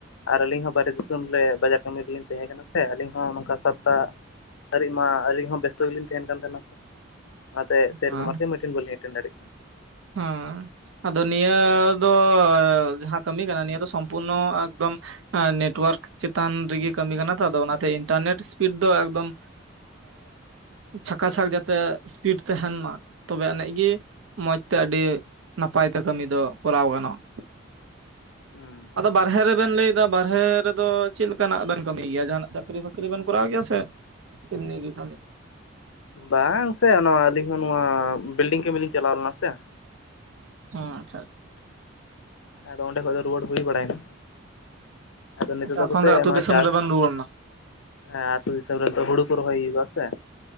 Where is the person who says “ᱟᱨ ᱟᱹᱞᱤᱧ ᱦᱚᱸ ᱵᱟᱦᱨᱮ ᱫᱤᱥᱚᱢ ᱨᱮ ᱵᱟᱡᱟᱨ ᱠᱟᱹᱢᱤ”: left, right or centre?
Left